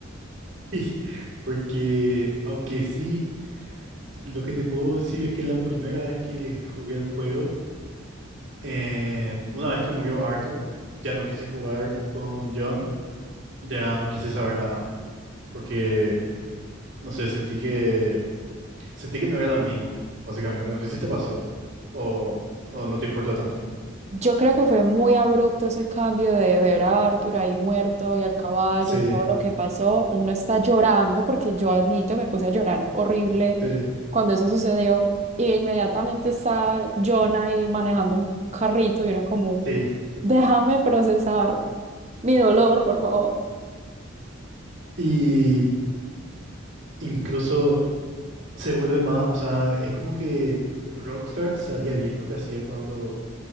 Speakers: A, on the right; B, on the right.
A: <laughs> Porque aunque sí, lo que te puedo decir es que la primera vez que jugué el juego, em, una vez que murió Arthur, ya no quise jugar con John, ya no quise saber nada, porque, no sé, sentí que Sentí que no era lo mismo, básicamente. No sé si te pasó o, o no te importa tanto.
B: Yo creo que fue muy abrupto ese cambio de ver a Arthur ahí muerto y al caballo
A: Sí,
B: y todo lo que pasó. Uno está llorando porque yo admito, me puse a llorar horrible
A: sí,
B: cuando eso sucedió. Y inmediatamente está John ahí manejando un carrito y uno como,
A: Sí.
B: déjame procesar mi dolor, por favor.
A: Y incluso se vuelve más, o sea, es como que Rockstar sabía bien lo que hacía cuando